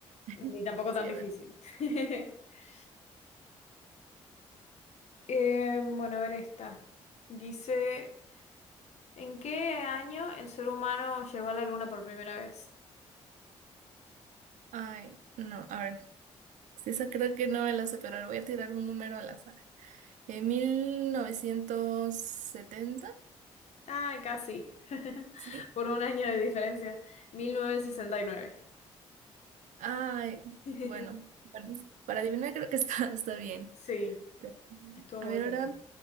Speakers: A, on the right; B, on the left.
A: <laughs>
B: ni tampoco
A: Sí,
B: tan difícil.
A: a ver.
B: <laughs> Eh, bueno, a ver esta. Dice, ¿en qué año el ser humano llegó a la luna por primera vez?
A: Ay, no, a ver. Sí, esa creo que no me la sé, pero a ver, voy a tirar un número al azar. ¿En 1970?
B: Ah, casi. <laughs>
A: Sí.
B: Por un año de diferencia. 1969.
A: Ay,
B: <laughs>
A: bueno, bueno, para adivinar creo que está, está bien.
B: Sí,
A: Pero,
B: estuvo
A: a
B: muy
A: ver,
B: cerca.
A: ahora.